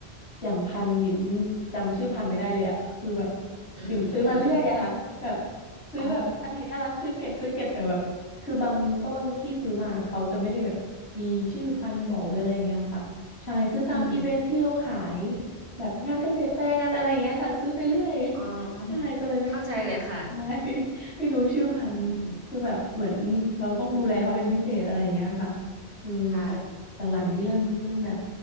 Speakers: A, on the left (about 70°); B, on the right (about 80°).
A: อย่างพันธุ์บิ่มจำชื่อพันธุ์ไม่ได้เลยอะคือแบบ
B: อืม
A: บิ่มซื้อมาเรื่อยอะค่ะแบบซื้อแบบอันไหนน่ารักซื้อเก็บซื้อเก็บแต่แบบคือบางต้นที่ซื้อมาเขาจะไม่ได้แบบมีชื่อพันธุ์บอกหรืออะไรอย่างเงี้ยค่ะใช่ซื้อตามอีเวนท์ที่เขาขาย
B: อ๋ออืม
A: แบบงานเกษตรแฟร์งานอะไรอย่างเงี้ยค่ะซื้อไปเรื่อย
B: อ๋อ
A: ใช่ก็เลยไม่ไม่
B: เข้าใจเลยค่ะ
A: ใช่ <laughs> ไม่รู้ชื่อพันธุ์คือแบบเหมือนเราต้องดูแลเขาเป็นพิเศษอะไรอย่างเงี้ยค่ะ
B: อืม
A: เออแต่
B: ค่ะ
A: หลังๆนี่เริ่มเริ่มแบบ